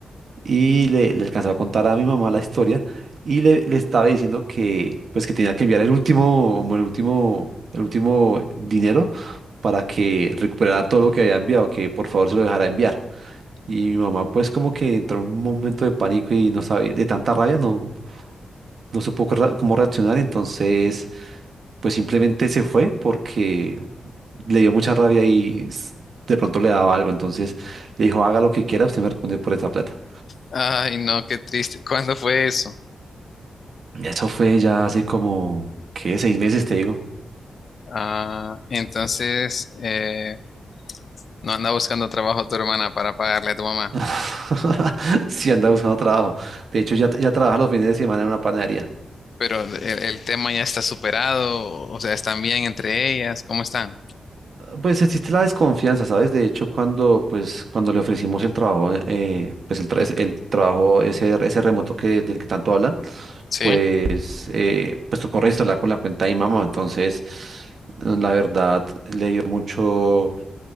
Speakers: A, on the right (about 60°); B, on the left (about 50°).
A: y le, le alcanzaba a contar a mi mamá la historia y le, le estaba diciendo que pues que tenía que enviar el último como el último el último dinero para que recuperara todo lo que había enviado, que por favor se lo dejara enviar. Y mi mamá pues como que entró en un momento de pánico y no sabía, de tanta rabia no no supo qué ra- cómo reaccionar, entonces pues simplemente se fue porque le dio mucha rabia y s- de pronto le daba algo, entonces le dijo, haga lo que quiera, usted me responde por esa plata.
B: Ay, no, qué triste. ¿Cuándo fue eso?
A: Eso fue ya hace como, ¿qué? Seis meses, te digo.
B: Ah, entonces eh, no anda buscando trabajo tu hermana para pagarle a tu mamá.
A: <laughs> Sí, andaba buscando trabajo. De hecho, ya, ya trabaja los fines de semana en una panadería.
B: Pero el, el tema ya está superado, o sea, están bien entre ellas, ¿cómo están?
A: Pues existe la desconfianza, ¿sabes? De hecho, cuando, pues, cuando le ofrecimos el trabajo, eh, pues el, tra- es- el trabajo ese, ese remoto que, del que tanto hablan,
B: Sí,
A: pues, eh, pues tocó registrarla con la cuenta de mi mamá. Entonces, la verdad, le dio mucho